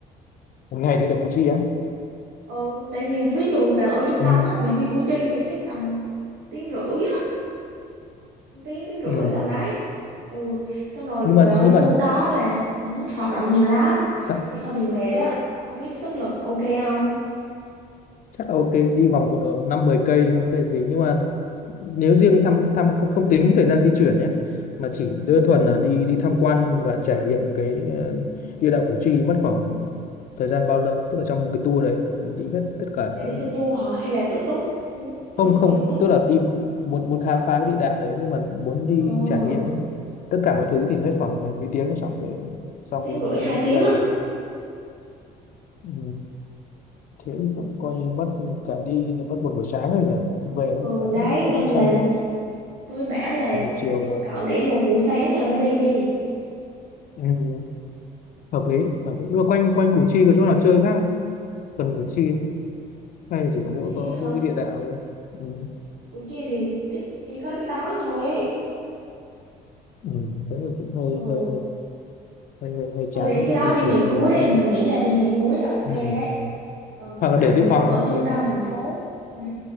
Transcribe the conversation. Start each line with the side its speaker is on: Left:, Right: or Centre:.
Left: một ngày đi được Củ Chi á
Right: ừ tại vì ví dụ bạn ở trung
Left: ừ.
Right: tâm á bạn đi Củ Chi thì chắc tầm tiếng rưỡi á tiếng tiếng rưỡi
Left: ừ.
Right: tầm đấy ừ xong rồi
Left: nhưng mà
Right: trời ơi,
Left: nhưng
Right: xuống
Left: mà
Right: đó là ừ, hoạt động nhiều lắm
Left: th
Right: đi hơi bị mệt á không biết sức lực ok không
Left: chắc là ok đi vòng cột độ năm mười cây không vấn đề gì nhưng mà nếu riêng thăm thăm không không tính cái thời gian di chuyển nhé mà chỉ
Right: ừ.
Left: đơn thuần là đi đi tham quan và trải nghiệm cái ờ, địa đạo Củ Chi mất khoảng thời gian bao lâu tức là trong một cái tour đấy mình đi hết tất cả
Right: bạn
Left: các
Right: đi theo tour hả hay là tự túc muốn
Left: không
Right: theo tour
Left: không
Right: hay tự túc
Left: tức là đi muốn muốn khám phá cái địa đạo đấy nhưng mà muốn đi
Right: ừ
Left: trải nghiệm ấy. tất cả mọi thứ thì hết khoảng mấy mấy tiếng xong cái xong
Right: tiếng
Left: cái
Right: rưỡi
Left: cái,
Right: hai
Left: cái
Right: tiếng
Left: địa danh
Right: á
Left: đấy ừ. thế cũng coi như mất cả đi là mất một buổi sáng rồi nhỉ về cũng
Right: ừ
Left: đã
Right: đấy
Left: đã có
Right: nên
Left: khi sang
Right: là tôi bảo là
Left: một chiều
Right: chắc thôi
Left: rồi
Right: cậu để một buổi sáng nào đó đi đi
Left: ừ, hợp lý hợp lý nhưng mà quanh quanh Củ Chi có chỗ nào chơi khác không? gần Củ Chi không? hay là chỉ
Right: Củ
Left: có mỗi
Right: Chi
Left: có
Right: á hả
Left: mỗi cái địa đạo thôi ừ.
Right: Củ Chi thì chắc chỉ có cái đó thôi ấy
Left: Ừ. thế thì cũng hơi
Right: ừ
Left: hơi hơi hơi, hơi chán
Right: thôi để
Left: rồi,
Right: cái
Left: phải
Right: đó
Left: di
Right: đi
Left: chuyển
Right: ngày cuối
Left: nhiều
Right: đi
Left: quá
Right: mình nghĩ là đi ngày cuối là ok
Left: ừ.
Right: đấy còn còn
Left: hoặc là
Right: lại
Left: để
Right: mình
Left: dự phòng
Right: cứ ở
Left: đi
Right: trung
Left: nếu-
Right: tâm thành phố ừ